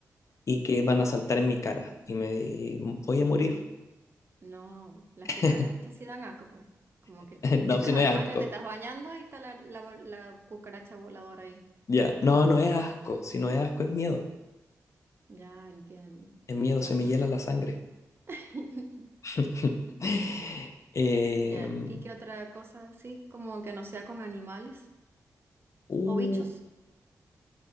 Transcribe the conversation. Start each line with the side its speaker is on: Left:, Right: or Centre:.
Left: y que van a saltar en mi cara y me voy a morir.
Right: No, las
Left: <laughs>
Right: cucarachas sí dan asco, pues. Como que
Left: No,
Right: entres
Left: si no
Right: al
Left: es
Right: baño,
Left: asco.
Right: te estás bañando y está la, la, vo- la cucaracha voladora ahí.
Left: Ya, no, no es asco, si no es asco es miedo,
Right: Ya entiendo.
Left: es miedo,
Right: Como
Left: se me
Right: por...
Left: hiela la sangre.
Right: <laughs>
Left: <laughs> Em,
Right: Ya. ¿Y qué otra cosa? Sí, como que no sea con animales
Left: uh,
Right: o bichos.